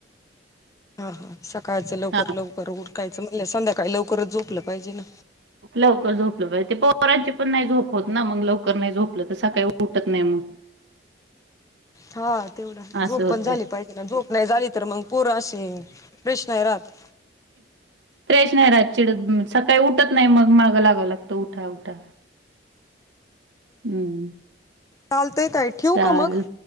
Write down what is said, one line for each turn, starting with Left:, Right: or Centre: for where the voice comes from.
Left: हा सकाळचं लवकर
Right: हा
Left: लवकर उरकायचं म्हण संध्याकाळी लवकरच झोपलं पाहिजे ना.
Right: लवकर झोपलं पाहि ते पो पोरांची पण नाही झोप होत ना मग लवकर नाय झोपलं तर सकाळी उठत नाय मग.
Left: हा तेवढ झोप
Right: असं होतंय.
Left: पण झाली पाहिजे ना झोप नाही झाली तर मग पोर अशी फ्रेश नाई रात.
Right: प्रेश नाई रा चिड सकाळी उठत नाही मग मागं लागावं लागत उठा उठा. हम्म
Left: चालतय ताई ठेवू
Right: चालेल
Left: का मग?